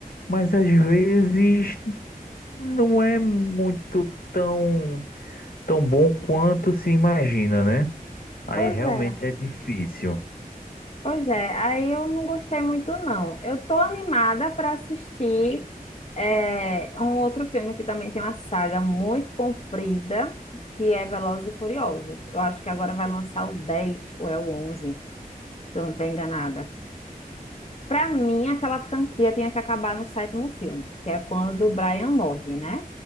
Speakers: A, on the left; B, on the left.
A: mas às vezes não é muito tão, tão bom quanto se imagina, né? Aí
B: Pois
A: realmente
B: é.
A: é difícil.
B: Pois é, aí eu não gostei muito, não. Eu tô animada para assistir é, um outro filme que também tem uma saga muito comprida, que é Velozes e Furiosos. Eu acho que agora vai lançar o 10 ou é o onze se eu não estou enganada. Para mim, aquela franquia tinha que acabar no sétimo filme, que é quando o Brian morre, né?